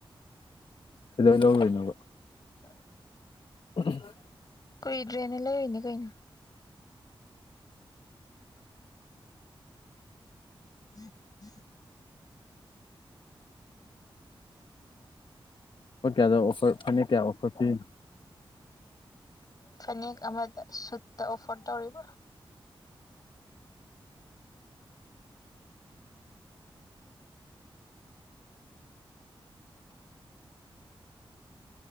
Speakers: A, on the left (about 60°); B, on the left (about 40°).
A: ꯀꯩꯗꯧꯕꯩ ꯂꯧꯔꯨꯏꯅꯣꯕ
B: <inaudible>
A: <unintelligible>
B: ꯀꯨꯏꯗ꯭ꯔꯦꯅꯦ ꯂꯩꯔꯨꯏꯅꯤ ꯀꯩꯅꯣ <unintelligible>
A: ꯂꯨꯄꯥ ꯀꯌꯥꯗ ꯑꯣꯐꯔ ꯐꯅꯦꯛ ꯀꯌꯥ ꯑꯣꯐꯔ ꯄꯤꯔꯤꯅꯣ
B: ꯐꯅꯦꯛ ꯑꯃꯗ ꯁꯨꯠꯇ ꯑꯣꯐꯔ ꯇꯧꯔꯤꯕꯥ